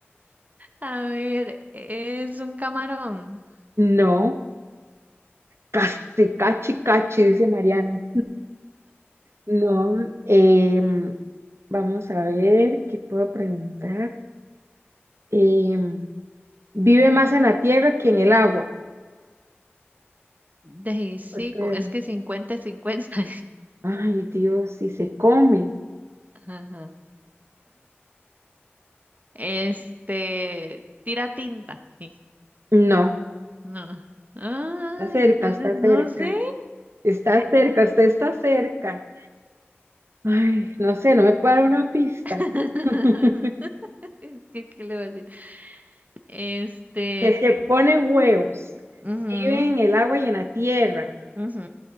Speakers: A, on the right; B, on the right.
A: A ver, es un camarón.
B: No, casi, cachi, cachi, dice Mariana. No, em, vamos a ver qué puedo preguntar. Em, vive más en la tierra que en el agua.
A: De sí,
B: Este,
A: co- es que cincuenta, cincuenta.
B: Ay, Dios, si se come.
A: <laughs> Ajá. Este, tira tinta. Sí,
B: No,
A: no. Ay,
B: está cerca,
A: entonces
B: está
A: no
B: cerca.
A: sé.
B: Está cerca, usted está cerca. Ay, no sé, no me puede dar una pista.
A: <laughs>
B: <laughs>
A: Es que, ¿qué le voy a decir? Este,
B: Es que pone huevos,
A: ujú,
B: vive en el agua y en la tierra,
A: ujú,